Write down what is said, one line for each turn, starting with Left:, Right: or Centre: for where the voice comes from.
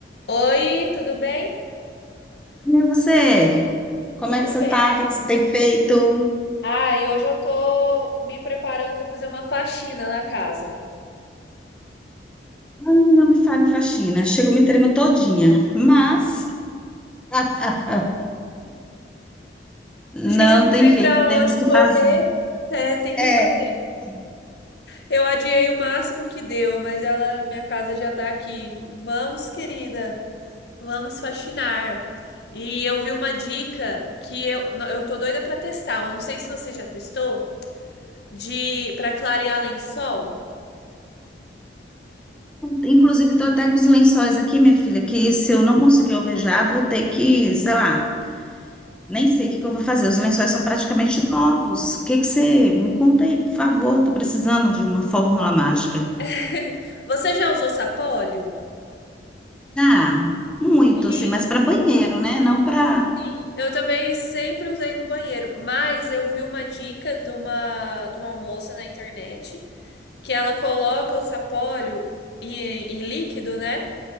Left: Oi, tudo bem?
Centre: E você? Como
Left: Tudo
Centre: é que você
Left: bem.
Centre: tá? O que que você tem feito?
Left: Ah, e hoje eu tô me preparando para fazer uma faxina na casa.
Centre: Ai, não me fale em faxina. Chego, me tremo todinha. Mas <laughs> não
Left: A gente não
Centre: tem
Left: tem
Centre: jeito,
Left: para onde
Centre: temos que
Left: correr,
Centre: fazer.
Left: é, tem que
Centre: É,
Left: fazer.
Centre: não tem.
Left: Eu adiei o máximo que deu, mas ela, minha casa já tá aqui. Vamos, querida, vamos faxinar. E eu vi uma dica que eu, não, eu tô doida para testar. Eu não sei se você já testou, de para clarear lençol.
Centre: Inclusive, estou até com os lençóis aqui, minha filha, que se eu não conseguir alvejar, vou ter que, sei lá, nem sei o que que eu vou fazer. Os lençóis são praticamente novos. O que que você me conta aí, por favor? Tô precisando de uma fórmula mágica.
Left: <laughs> Você já usou sapólio?
Centre: Ah, muito,
Left: E
Centre: assim, mas para banheiro, né? Não para.
Left: Sim, eu também sempre usei no banheiro, mas eu vi uma dica de uma, de uma moça na internet que ela coloca o sapólio em, em líquido, né?